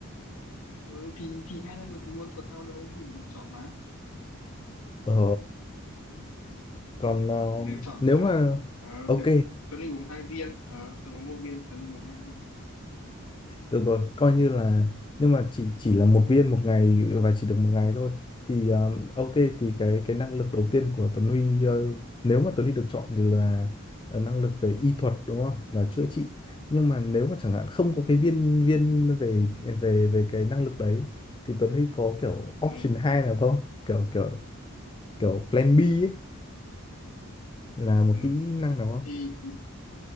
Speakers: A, on the left; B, on the left.
A: ừ, thì thì hai năng lực luôn có sao đâu mình được chọn mà
B: Ờ, còn ờ,
A: mình được chọn
B: nếu
A: mà
B: mà
A: Ờ,
B: ok
A: được Tuấn đi uống hai viên Ờ, Tường uống một viên Tuấn đi uống hai viên
B: được rồi coi như là nhưng mà chỉ chỉ là một viên một ngày và chỉ được một ngày thôi thì ờ, ok thì cái cái năng lực đầu tiên của Tuấn Huy ờ, nếu mà Tuấn Huy được chọn thì là ờ, năng lực về y thuật đúng không là chữa trị nhưng mà nếu mà chẳng hạn không có
A: ừ,
B: cái viên viên về về về cái năng lực đấy thì Tuấn Huy có kiểu
A: ừ,
B: option 2 nào không kiểu kiểu kiểu plan B ấy, là một
A: ừ.
B: kỹ năng nào không
A: thì